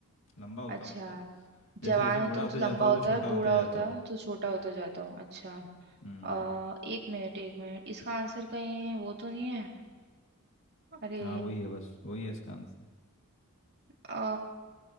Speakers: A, on the left; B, on the right.
A: लंबा होता
B: अच्छा
A: हूँ मतलब जैसे
B: जवान
A: जैसे
B: होता
A: बूढ़ा
B: हूँ
A: होते
B: तो लंबा
A: जाता हूँ
B: होता
A: तो छोटा
B: है
A: होते
B: बूढ़ा
A: जाता
B: होता
A: हूँ
B: है तो छोटा होता जाता हूँ अच्छा
A: हम्म
B: अ एक मिनट एक मिनट इसका आंसर कहीं वो तो नहीं है अरे
A: हाँ वही है बस वही है इसका आंसर
B: अ